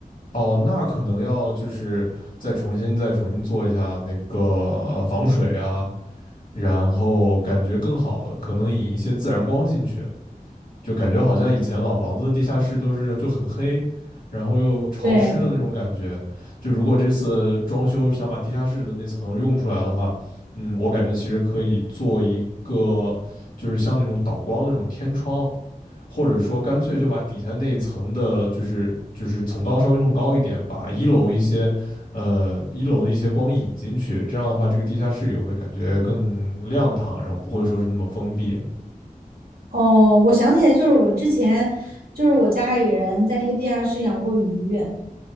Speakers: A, on the left (about 75°); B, on the right (about 80°).
A: 哦，那可能要就是再重新再重新做一下那个防水啊，然后感觉更好，可能引一些自然光进去，就感觉好像以前老房子的地下室都是就很黑，然后又潮湿的那种感觉。
B: 对，
A: 就如果这次装修想把地下室的那层用出来的话，嗯，我感觉其实可以做一个就是像那种导光那种天窗，或者说干脆就把底下那一层的，就是就是层高稍微弄高一点，把一楼一些，呃，一楼的一些光引进去，这样的话，这个地下室也会感觉更亮堂，然后不会说是那么封闭
B: 哦，我想起来，就是我之前就是我家里人在那个地下室养过鱼，